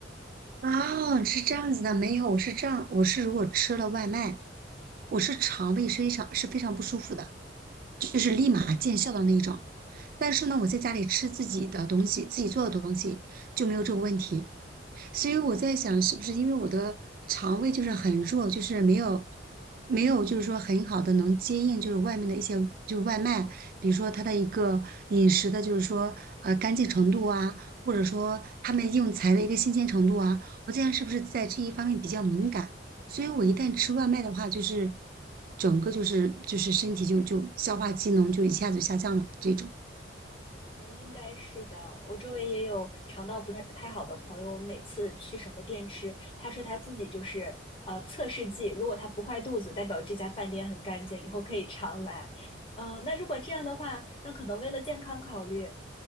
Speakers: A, on the right; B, on the left.
A: 哦，是这样子的，没有，我是这样，我是如果吃了外卖，我是肠胃非常是非常不舒服的，就是立马见效的那一种。但是呢，我在家里吃自己的东西，自己做的东西就没有这个问题。所以我在想，是不是因为我的肠胃就是很弱，就是没有没有，就是说很好的能接应，就是外面的一些就是外卖，比如说它的一个饮食的，就是说呃干净程度啊，或者说他们用材的一个新鲜程度啊，我这样是不是在这一方面比较敏感，所以我一旦吃外卖的话，就是整个就是就是身体就就消化机能就一下子下降了这种。
B: 啊，应该是的。我周围也有肠道不太太好的朋友，我们每次去什么店吃，他说他自己就是呃测试剂，如果他不坏肚子，代表这家饭店很干净，以后可以常来。嗯、那如果这样的话，那可能为了健康考虑，